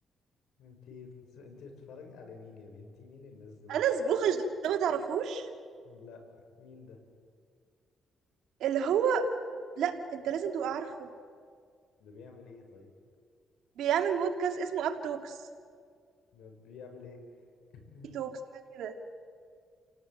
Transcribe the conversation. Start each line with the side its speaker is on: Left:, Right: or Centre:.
Left: انت بتس... انت بتتفرجي على مين يا بنتي مين الناس دول
Right: انس بوخش ده ما تعرفوش
Left: لا مين ده
Right: اللي هو لا انت لازم تبقى عارفه
Left: ده بيعمل ايه طيب
Right: بيعمل بودكاست اسمه اب توكس
Left: ده بيعمل ايه <laughs>
Right: اي توكس حاجة كده